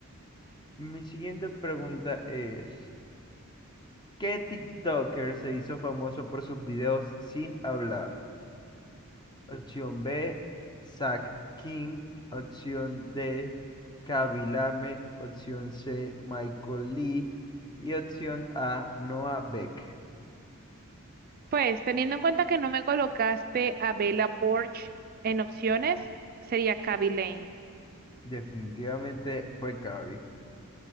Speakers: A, on the left; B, on the right.
A: Mi siguiente pregunta es, ¿qué TikToker se hizo famoso por sus videos sin hablar? Opción B, Zach King. Opción D, Kabilame. Opción C, Michael Lee. Y opción A, Noah Beck.
B: Pues teniendo en cuenta que no me colocaste a Bella Poarch en opciones, sería Kaby Lane.
A: Definitivamente fue Kaby.